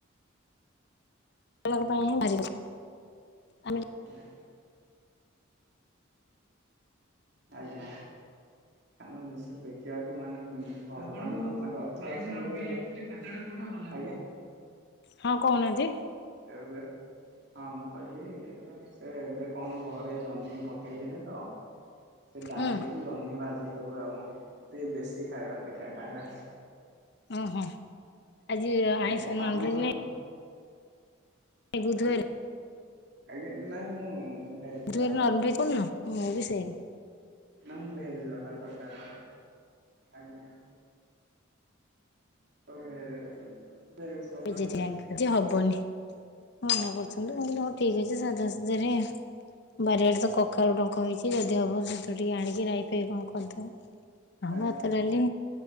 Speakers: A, on the left; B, on the right.
A: <unintelligible> ଆମେ
B: ଆଜ୍ଞା, ଆଜ୍ଞା। ଆଜ୍ଞା, ଆପଣ <unintelligible> ମିଶ ଦେଖିବାକୁ ମାନେ ଭଗବାନ ଭେଜ ନନଭେଜ ତାଠଡୁ କୋଉଟା ଭଲଲାଗେ? ଆଜ୍ଞା।
A: ହଁ, କହୁନାହାନ୍ତି?
B: ଏବେ ହଁ, ମୁଁ କହିଲି, ସେ ଏବେ କଣ ଘରେ ଜହ୍ନି ପଠେଇଥିଲେ ତ? ସେ ଡାଲିକୁୁ
A: ହୁଁ
B: ଜହ୍ନି ଭାଜି ଦବ ଆଉ, ଟିକେ ଦେଶୀ ଖାଇବା। ଦେଖିବା ଖାଇବା।
A: ଉହୁଁ, ଆଜି ଆଇଁଷ
B: ଆଜ୍ଞା
A: ନନ
B: ଆପଣଙ୍କର
A: ଭେଜ୍ ନାହିଁ
B: କଣ?
A: ଏ ବୁଧବାର।
B: ଆଜ୍ଞା, ନାଇଁ ମୁଁ ଭେଜ
A: ବୁଧବାର
B: ବାଲା
A: ନନ୍ ଭେଜ୍ <unintelligible> ମୁଁ ବି ସେମ୍।
B: ମୁଁ ଭେଜବଲା ଟୋଟାଲ। ଆଜ୍ଞା। ସବୁ ଭେଜ <unintelligible> ଭେଜ। ସବୁବେଳେ
A: ଭେଜିଟେରିଆନ୍
B: ଖାଏ
A: ଯେ ହବନି, ମନା କରୁଛନ୍ତି।
B: ଆଜ୍ଞା
A: ମୁଁ କହିଲି, ହଉ। ଠିକ ଅଛି। ସାଧାସିଧାରେ ବାରିଆଡେ ତ କଖାରୁ ଡ଼ଙ୍କ ହେଇଛି। ଯଦି ହବ, ସେଥିୁରୁ ଟିକେ ଆଣିକି ରାଇ ପାଇଁ କଣ କରି ଦବା। ହଁ,
B: ଆଜ୍ଞା
A: ଭାତ, ଡ଼ାଲି,